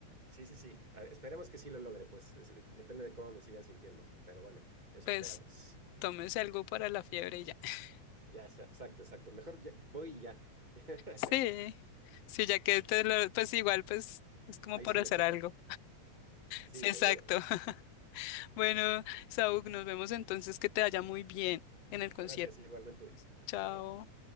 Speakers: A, on the right (about 15°); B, on the left (about 65°).
A: Sí, sí, sí. A- Esperemos que sí lo logre, pues. es- eh, depende de cómo me siga sintiendo. Pero bueno, eso
B: pues
A: esperamos.
B: tómese algo para la fiebre y ya. <laughs>
A: Ya, sa- exacto, exacto. Mejor ya- voy y ya. <laughs>
B: Sí, sí, ya que te lo- pues igual, pues es como
A: Ahí
B: por
A: se
B: hacer
A: me quita.
B: algo.
A: Sí,
B: Sí,
A: seguro.
B: exacto. <laughs> Bueno, Saúl, nos vemos entonces, que te vaya muy bien en el concierto.
A: Gracias, igualmente.
B: Chao.
A: Chao.